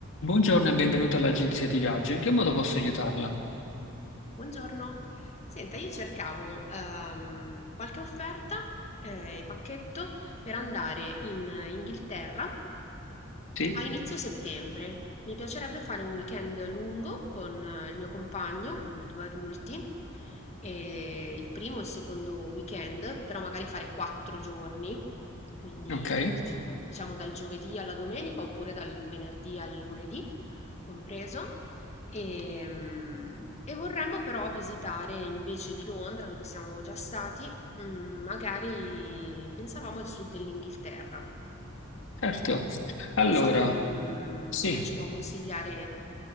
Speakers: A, on the left (about 65°); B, on the left (about 30°).
A: Buongiorno e benvenuto all'agenzia di viaggio. In che modo posso aiutarla?
B: Buongiorno, senta, io cercavo ehm, qualche offerta, eh, pacchetto per andare in Inghilterra
A: Sì?
B: a inizio settembre. Mi piacerebbe fare un weekend lungo con eh, il mio compagno, quindi due adulti, e il primo e il secondo weekend, però magari fare quattro giorni, quindi
A: Ok,
B: de- dic- diciamo dal giovedì alla domenica oppure dal venerdì al lunedì compreso. E, mm, e vorremmo però visitare invece di Londra, dove siamo già stati, mm, magari pensavamo al sud dell'Inghilterra.
A: certo. Allora,
B: Non so, mm,
A: sì.
B: se lei ci può consigliare,